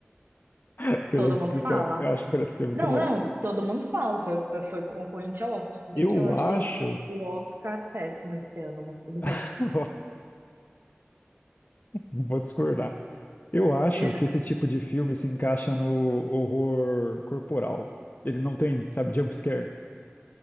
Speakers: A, on the left (about 45°); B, on the right (about 55°).
A: <laughs> Pela
B: Todo
A: descrição,
B: mundo fala?
A: eu acho que parece ser muito
B: Não,
A: bom.
B: não, todo mundo fala, foi, foi concorrente ao Oscar, se
A: Eu
B: bem que eu achei
A: acho,
B: o Oscar péssimo esse ano, mas tudo bem.
A: <laughs> vou, vou discordar. Eu acho
B: <laughs>
A: que esse tipo de filme se encaixa no horror corporal. Ele não tem, sabe, jump scare,